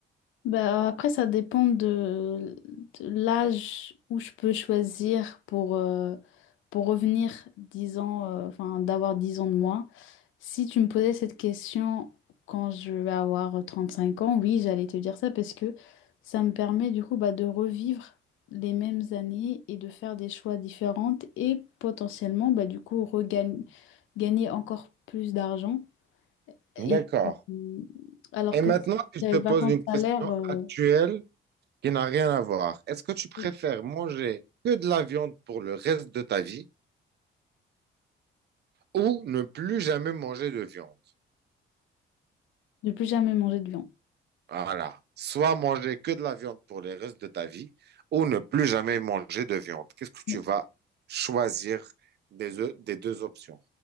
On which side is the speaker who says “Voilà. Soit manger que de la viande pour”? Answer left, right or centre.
Right